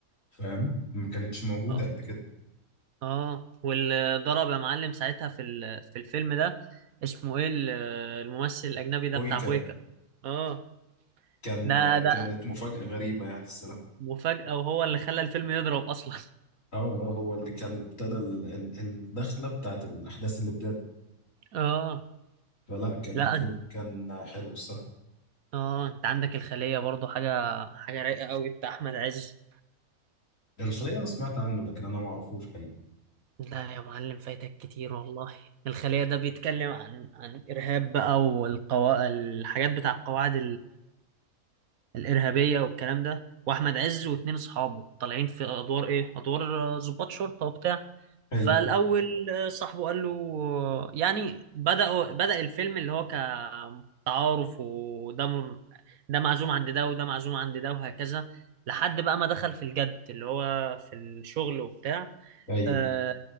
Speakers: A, on the left (about 60°); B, on the right (about 75°).
A: فاهم ما كانتش موجودة
B: اه
A: قبل كده
B: اه واللي ضرب يا معلم ساعتها في ال- في الفيلم ده اسمه ايه ال- الممثل الاجنبي ده
A: كوي
B: بتاع بويكا اه
A: كان
B: ده ده
A: كانت مفاجأة غريبة يعني الصراحة
B: مفاجأة وهو اللي خلى الفيلم يضرب أصلا
A: اه آه، هو اللي كان ابتدى ال- ال- الدخلة بتاعت الأحداث اللي بجد
B: اه
A: فلا كان
B: لا
A: الفيلم
B: أنت-
A: كان حلو الصراحة
B: اه انت عندك الخلية برضو حاجة حاجة رايقة قوي بتاع أحمد عز
A: الخلية أنا سمعت عنه لكن أنا ما أعرفوش حقيقي
B: لا يا معلم فايتك كتير والله الخلية ده بيتكلم عن عن إرهاب بقى والقوا الحاجات بتاع القواعد الارهابيه والكلام ده واحمد عز واتنين اصحابه طالعين في ادوار ايه ادوار آه، ضباط شرطه وبتاع
A: حلو
B: فالاول آه، صاحبه قال له آه، يعني بدأوا بدأ الفيلم اللي هو كتعارف وده م- ده معزوم عند ده وده معزوم عند ده وهكذا لحد بقى ما دخل في الجد اللي هو في الشغل وبتاع
A: أيوه
B: آه،